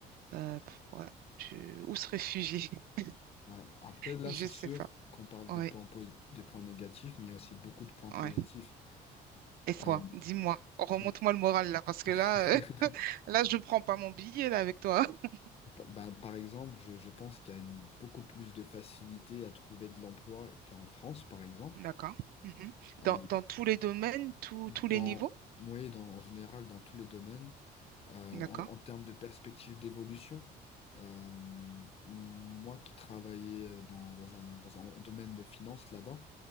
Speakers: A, on the right; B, on the left.
A: Euh, pff, ouais, tu- Où se réfugier? <laughs>
B: Ouais. Après, là,
A: Je
B: c'est sûr
A: sais pas.
B: qu'on parle
A: Oui.
B: des points, posi- des points négatifs, mais il y a aussi beaucoup de points positifs.
A: ouais. Et quoi?
B: Euh,
A: Dis-moi, remonte-moi
B: je-
A: le moral là, parce que là,
B: <laughs>
A: euh, <laughs> là, je ne prends pas mon billet là avec toi. <laughs>
B: bah, par exemple, je, je pense qu'il y a une, beaucoup plus de facilité à trouver de l'emploi qu'en France, par exemple.
A: D'accord. Mhm. Dans,
B: Euh,
A: dans tous les domaines, tous
B: dans,
A: tous les niveaux?
B: oui, dans, en général, dans tous les domaines, Euh,
A: D'accord.
B: en, en termes de perspective d'évolution, euh, moi qui travaillais euh, dans, dans un, dans un domaine de finance là-bas,